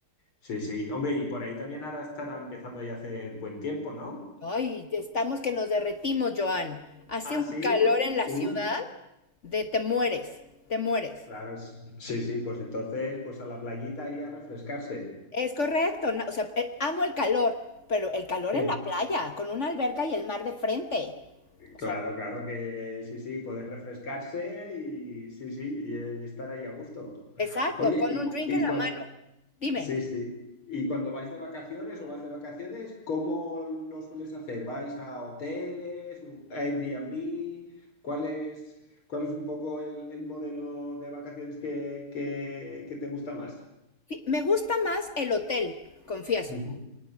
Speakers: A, on the left (about 85°); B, on the left (about 40°).
A: Sí, sí. Hombre, y por ahí también ahora estará empezando ya a hacer buen tiempo, ¿no?
B: Ay, estamos que nos derretimos, Joan. Hace
A: Ah,
B: un
A: sí.
B: calor en la
A: Uh,
B: ciudad de te mueres, te mueres.
A: claro, sí, sí, pues entonces, pues a la playita y a refrescarse.
B: Es correcto, no, o sea, eh, amo el calor, pero el calor
A: <laughs>
B: en la playa, con una alberca y el mar de frente. O
A: Claro,
B: sea,
A: claro que sí, sí, poder refrescarse y sí, sí, y, eh, estar ahí a gusto.
B: exacto,
A: Oye,
B: con
A: ¿y,
B: un drink
A: y,
B: en la
A: cuán-
B: mano. Dime.
A: Sí, sí. ¿Y cuando vais de vacaciones o vas de vacaciones, cómo lo sueles hacer? ¿Vais a hoteles, a Airbnb? ¿Cuál es, cuál es un poco el, el modelo de vacaciones que, que- que te gusta más?
B: Me gusta más el hotel, confieso.
A: Ujú,